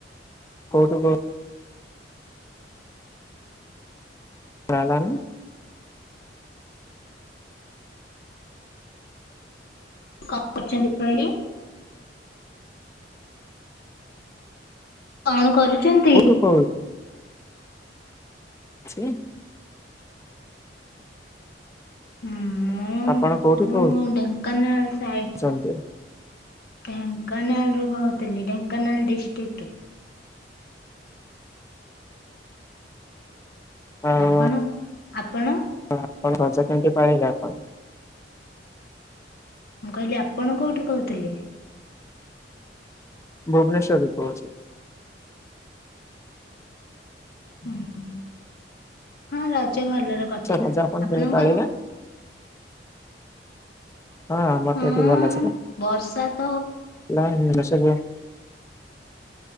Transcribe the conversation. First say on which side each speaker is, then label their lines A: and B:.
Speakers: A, on the left; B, on the left.
A: କଉଠୁ କହୁଥିଲେ? ହ ହେ <inaudible>
B: କଣ କରୁଛନ୍ତି କହିଲେ? କଣ କରୁଛନ୍ତି?
A: କହୁଛି। ଅ <inaudible>
B: ହୁଁ।
A: ଆପଣ କୋଉଠି କହୁଥିଲେ?
B: ମୁଁ ଡେଙ୍କନାଳ ସାଇଡ
A: ସନ୍ତୁ <unintelligible>
B: ଢେଙ୍କାନାଲ ରୁ କହୁଥିଲି ଢେଙ୍କାନାଳ ଦିଷ୍ଟ ରୁ
A: ଆଉ
B: ଆପଣ ଆପଣ
A: ଆପଣ ରଜ କେମିତି ପାଳିଲେ ଆପଣ?
B: ମୁଁ କହିଲି ଆପଣ କୋଉଠୁ କହୁଥିଲେ?
A: ଭୁବନେଶ୍ୱରରେ କହୁଛି
B: ଓୁଁ ହ ହଁ ରଜ ଭଲରେ କଟିଲା
A: ସାର୍ ରଜ ଆପଣ କେମିତି
B: ଆପଣଙ୍କର?
A: ପାଳିଲେ? ହଁ ଆମଟ
B: ହଁ
A: ଏଇଠି ଭଲ
B: ବର୍ଷା ତ
A: ଅ <unintelligible>